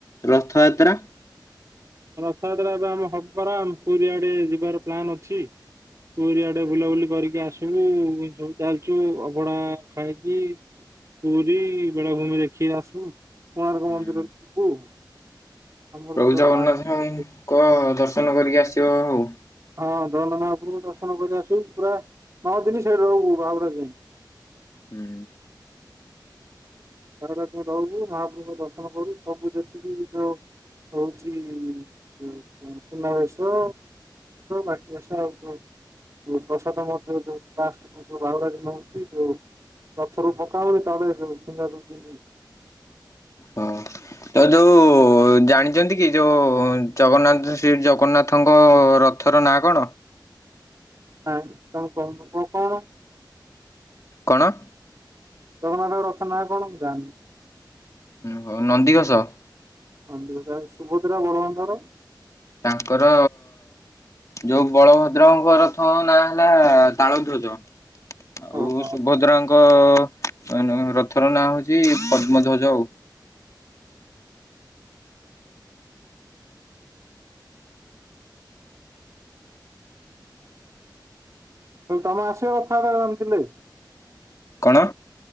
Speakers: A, on the left; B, on the right.
A: ରଥଯାତ୍ରା?
B: ରଥଯାତ୍ରା ଏବେ ଆମ ହବ ପରା। ଆମ ପୁରୀଆଡ଼େ ଯିବାର ପ୍ଲାନ୍ ଅଛି। ପୁରିଆଡେ ବୁଲାବୁଲି କରିକି ଆସିବୁ, ଯୋଉ ଚାଲିଛୁ ଅଭଡା ଖାଇକି ପୁରୀ ବେଳାଭୂମି ଦେଖିକି ଆସୁ, କୋଣାର୍କ
A: ତାହେଲେ
B: ମନ୍ଦିର ଯିବୁ। ଆମର
A: ପ୍ରଭୁ
B: ପୁରା
A: ଜଗନ୍ନାଥଙ୍କ
B: ପ୍ଲାନ୍ ଅଛି।
A: ଦର୍ଶନ କରିକି ଆସିବ ଆଉ।
B: ହଁ, ଜଗନ୍ନାଥ ମହାପ୍ରଭୁ ଦର୍ଶନ କରି ଆସବୁ। ପୁରା ନଅ ଦିନ ସେଇଠି ରହବୁ, ବାହୁଡ଼ା ଯାଏଁ।
A: ହୁଁ।
B: <unintelligible> ରହବୁ। ମହାପ୍ରଭୁଙ୍କ ଦର୍ଶନ କରୁ। ସବୁ ଯେତିକି ଯୋ ହଉଛି। ହ। ସୁନାବେଶ। ବାକିଆ <unintelligible> ଯୋଉ ପ୍ରସାଦ ମଧ୍ୟ, ଯୋଉ ଫାଷ୍ଟ, ଯୋଉ ବାହୁଡ଼ା ଦିନ ହଉଛି, ଯୋଉ। ପ୍ରଥମେ ପକା ହୁଏ। ତାପରେ <unintelligible>
A: ହଁ। ତ ଯୋଉ ଜାଣିଛନ୍ତି କି? ଯୋଉଁ ଜଗନ୍ନାଥ, ଶ୍ରୀ ଜଗନ୍ନାଥଙ୍କ ରଥର ନାଁ କଣ?
B: ନା, ତମେ କହୁନ କ କଣ?
A: କଣ?
B: ଜଗନ୍ନାଥଙ୍କ ରଥର ନାଁ କଣ ଥିଲା?
A: ହ, ହଉ ନନ୍ଦିଘୋଷ।
B: ନନ୍ଦିଘୋଷ ଆଉ ସୁଭଦ୍ରା, ବଳବନ୍ଧର?
A: ତାଙ୍କର ଯୋଉ ବଳଭଦ୍ରଙ୍କ ରଥ ନାଁ ହେଲା ତାଳ ଧ୍ୱଜ। ଆଉ
B: ଓହୋ
A: ସୁଭଦ୍ରାଙ୍କ ରଥର ନାଁ ହଉଛି ପଦ୍ମଧ୍ୱଜ ଆଉ
B: ତମେ ଆସିବ <unintelligible>
A: କଣ?